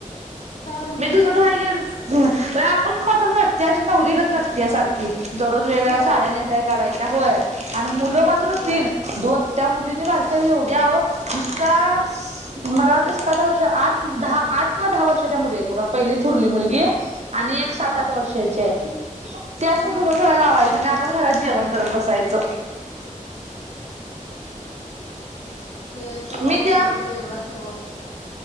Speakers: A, on the left (about 60°); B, on the right (about 55°).
A: काय बंगडी
B: मी धुन धुवाय गेलो <unintelligible> आपण मात्र नटत्या अशी नवरी गत नटत्या सारखी दररोज वेगवेगळ्या
A: रोज
B: साड्या नेसाय काडायच्य होय आणि मुलं मात्र
A: बर
B: तीन दोन त्या मुलींनी बारक्या एवढ्या आहों नुसता मला वाटतय सात आठ वर्ष आठ दहा किं दहा वर्षच्या मुलीआहेत बघा पहिलीत थोरली मुलगी आणि एक सात
A: हा
B: आठ वर्षाची त्याच
A: हा
B: नाही धुन थो्या लावायचं आणि आपण घरात जेवण करत बसायचं.
A: ते स्वभाव
B: मी
A: असल
B: त्या
A: ते वेगळा स्वभाव असत.